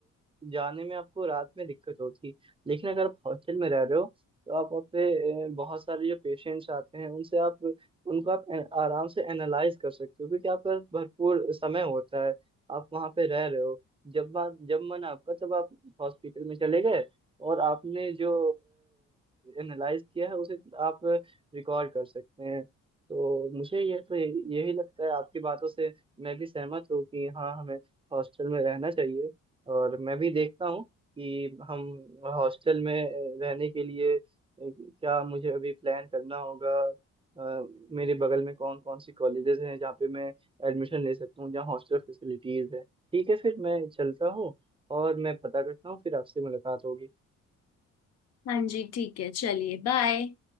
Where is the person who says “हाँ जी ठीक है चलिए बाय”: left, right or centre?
Left